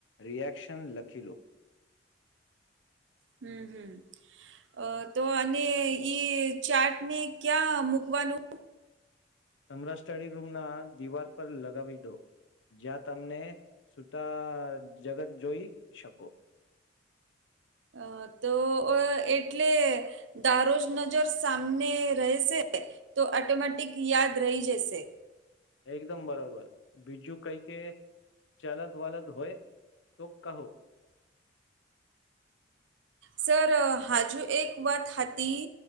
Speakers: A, on the left; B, on the right.
A: રિએક્શન લખી લો
B: હમ હમ અ તો અને ઈ ચાટ ને ક્યાં મૂકવાનું
A: તમારા સ્ટડી રૂમ ના દિવાલ પર લગાવી દો જ્યાં તમને સુૂતા જગત જોઈ શકો
B: અ તો એટલે દારોજ નજર સામને રહેશે તો એટોમેટિક યાદ રહી જશે
A: એકદમ બરોબર બીજું કઈ કે ચાલત વાદ <unintelligible> હોય તો કહો
B: સર હાજુ એક વાત હ હતી